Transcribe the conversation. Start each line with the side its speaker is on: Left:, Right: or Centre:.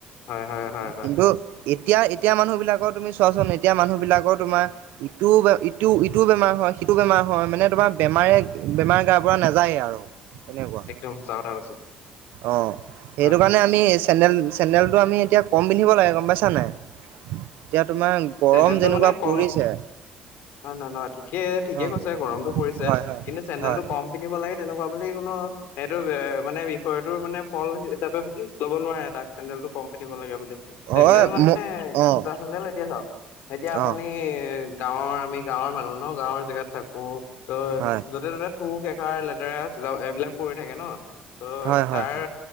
Left: হয় হয় হয় হয়
Right: কিন্তু এতিয়া, এতিয়া মানুহবিলাকৰ তুমি চোৱাচোন, এতিয়া মানুহবিলাকৰ তোমাৰ ইটো, বে-ইটো, ইটো বেমাৰ হয়, সিটো বেমাৰ হয়, মানে তোমাৰ বেমাৰে, বেমাৰ গাৰ পৰা নাজায়ে আৰু সেনেকুৱা।
Left: একদম সঁচা কথা কৈছে
Right: অ', সেইটোকাৰণে
Left: হয়
Right: আমি চেডেল-চেন্দেলটো আমি এতিয়া কম পিন্ধিব লাগে গম পাইছা নাই? এতিয়া তোমাৰ গৰম
Left: চেন্দেলটো
Right: যেনেকুৱা
Left: মানে কম
Right: পৰিছে।
Left: নহয়, নহয়, নহয়, ঠিকেই, ঠিকে
Right: অ',
Left: কৈছে, গৰমটো পৰিছে
Right: হয়, হয়,
Left: কিন্তু চেণ্ডেলটো
Right: হয়,
Left: কম পিন্ধিব লাগে তেনেকুৱা বুলি কোনো সেইটো এ, মানে বিষয়টো মানে ফল হিচাপে ল'ব নোৱাৰে, তাক চেণ্ডেলটো কম পিন্ধিব লাগে বুলি চেণ্ডেল
Right: হয়,
Left: মানে
Right: ম অ',
Left: জোতা, চেণ্ডেল এতিয়া চাওঁক, এতিয়া আপুনি
Right: অ',
Left: গাঁৱৰ আমি গাঁৱৰ মানুহ ন? গাঁৱৰ জেগাত থাকোঁ, ত'
Right: হয়, হয়,
Left: য'তে ত'তে থু, খেকাৰ, লেতেৰাছ এইবিলাক পৰি থাকে ন? ত'
Right: হয়, হয়,
Left: তাৰ